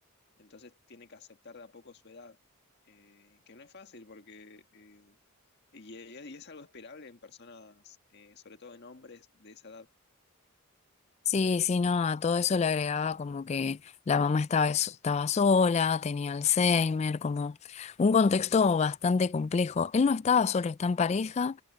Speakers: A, on the left; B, on the left.
A: entonces tiene que aceptar de a poco su edad, eh, que no es fácil porque... eh, y, y es algo esperable en personas, eh, sobre todo en hombres de esa edad,
B: Sí, sí, no, a todo eso le agregaba como que la mamá estaba, estaba sola, tenía Alzheimer, como un contexto bastante complejo. Él no estaba solo, está en pareja,